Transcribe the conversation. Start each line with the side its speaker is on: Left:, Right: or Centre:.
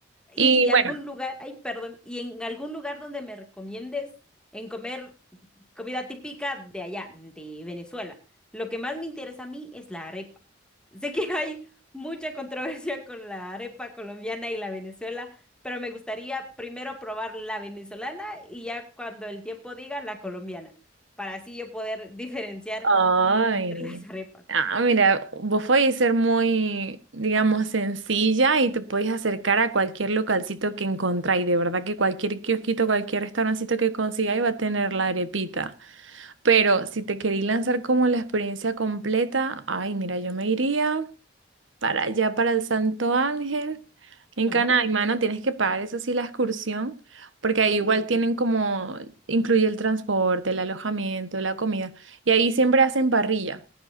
Right: Y
Centre: Y
Right: bueno,
Centre: algún lugar, ay, perdón, y en algún lugar donde me recomiendes en comer Comida típica de allá, de Venezuela. Lo que más me interesa a mí es la arepa. Sé que hay mucha controversia con la arepa colombiana y la Venezuela, pero me gustaría primero probar la venezolana y ya cuando el tiempo diga la colombiana, para así yo poder diferenciar
Right: Ay,
Centre: entre
Right: no.
Centre: las arepas.
Right: ah, mira, vos podés ser muy, digamos, sencilla y te podés acercar a cualquier localcito que encontráis. De verdad que cualquier kiosquito, cualquier restaurancito que consigáis va a tener la arepita. Pero si te queréis lanzar como la experiencia completa, ay, mira, yo me iría para allá, para el Santo Ángel. En
Centre: Ajá.
Right: Canaima, mano, tienes que pagar eso sí la excursión, porque
Centre: Uy,
Right: ahí igual
Centre: ¿cómo
Right: tienen
Centre: se llama?
Right: como, incluye el transporte, el alojamiento, la comida, y ahí siempre hacen parrilla.